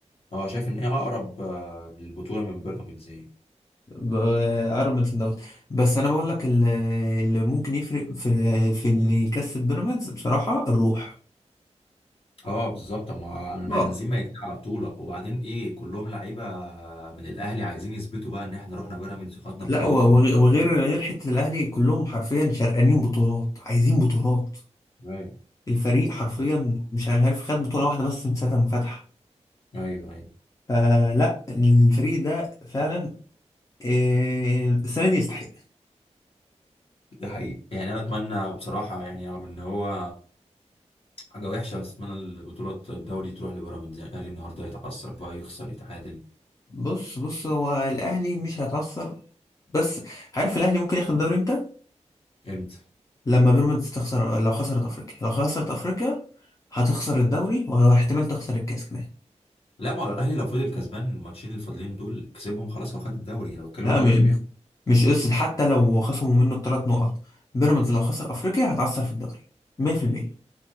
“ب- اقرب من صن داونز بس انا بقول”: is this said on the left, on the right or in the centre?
Left